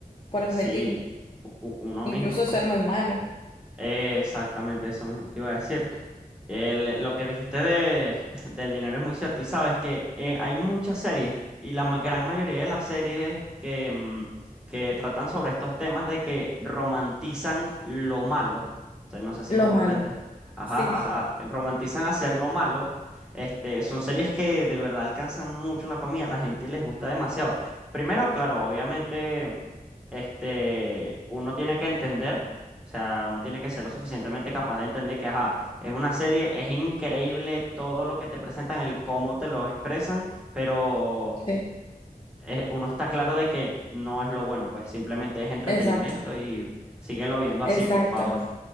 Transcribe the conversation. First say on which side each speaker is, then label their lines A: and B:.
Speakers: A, on the left; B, in the centre.
A: por el
B: sí,
A: objetivo,
B: u- u- uno
A: incluso
B: mismo, pues.
A: ser muy malo,
B: Exactamente, eso mismo te iba a decir. El- lo que dijiste de, <laughs> del dinero es muy cierto. Y sabes que eh, hay muchas series, y la ma- gran mayoría de las series que, mm, que tratan sobre estos temas de que romantizan lo malo. O sea, no sé si
A: lo
B: me comprendes.
A: malo.
B: Ajá,
A: Sí,
B: a- a- romantizan hacer lo malo. Este, son series que de verdad alcanzan mucho la familia, a la gente les gusta demasiado. Primero, claro, obviamente, este, uno tiene que entender. O sea, no tiene que ser lo suficientemente capaz de entender que, ajá, es una serie, es increíble todo lo que te presentan, el cómo te lo expresan, pero
A: sí,
B: eh, uno está claro de que no es lo bueno, pues simplemente es entretenimiento
A: exacto,
B: y síguelo
A: <laughs>
B: viendo
A: exacto.
B: así, por favor.
A: <laughs>